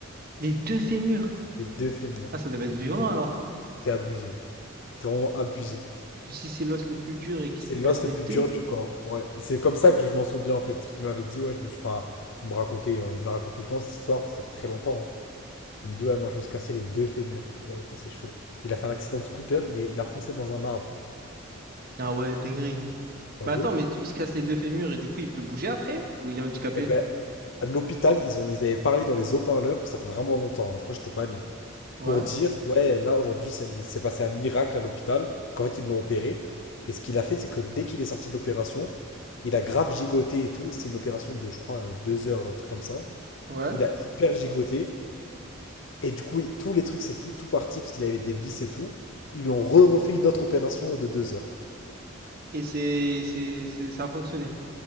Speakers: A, on the right; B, on the left.
A: Les deux fémurs.
B: Les deux fémurs.
A: Ah, ça devait être violent alors.
B: C'était abusé. C'était vraiment abusé.
A: Parce que si c'est l'os le plus dur et qu'il
B: C'est
A: se les
B: l'os
A: casse les
B: le plus
A: deux.
B: dur du corps. Ouais, c'est comme ça que je m'en souviens en fait. Parce qu'il m'avait dit, ouais, je me suis. Enfin, il me racontait, euh, il me la raconte tout le temps cette histoire parce que ça fait très longtemps. hein. Il me dit, ouais, moi je me suis cassé les deux fémurs. Je dis, ah, ouais, attends, c'est chaud. Il a fait un accident de scooter, il est, il a foncé dans un arbre.
A: Ah ouais, dinguerie.
B: T'as
A: Mais
B: vu?
A: attends, mais il se casse les deux fémurs et du coup, il peut bouger après? Ou il est handicapé?
B: Et ben, à l'hôpital, ils ont, ils avaient parlé dans les haut-parleurs, ça fait vraiment longtemps, hein, je crois que j'étais pas né.
A: Ouais.
B: Pour dire, ouais, là aujourd'hui, ça- il s'est passé un miracle à l'hôpital. Parce qu'en fait, ils l'ont opéré. Et ce qu'il a fait, c'est que dès qu'il est sorti de l'opération, il a grave gigoté et tout. C'est une opération de, je crois, euh, deux heures, un truc comme ça.
A: Ouais.
B: Il a hyper gigoté. Et du coup, il- tous les trucs, c'est tout, tout parti, parce qu'il avait des vis et tout. Ils lui ont re-refait une autre opération de deux heures.
A: Et c'est, c'est, c'est, ça a fonctionné.